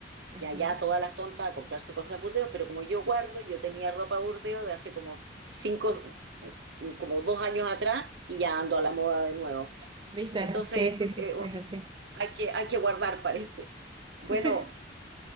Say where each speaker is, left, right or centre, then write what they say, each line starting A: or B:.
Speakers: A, on the right (about 25°); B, on the right (about 65°).
A: Ajá.
B: y allá todas las tontas a comprarse cosas burdeo, pero como yo guardo, yo tenía ropa burdeo de hace como cinco, como dos años atrás y ya ando a la moda de nuevo.
A: ¿Viste?
B: Entonces,
A: Sí, sí, sí,
B: eh,
A: es así.
B: hay que, hay que guardar, parece.
A: <laughs>
B: Bueno,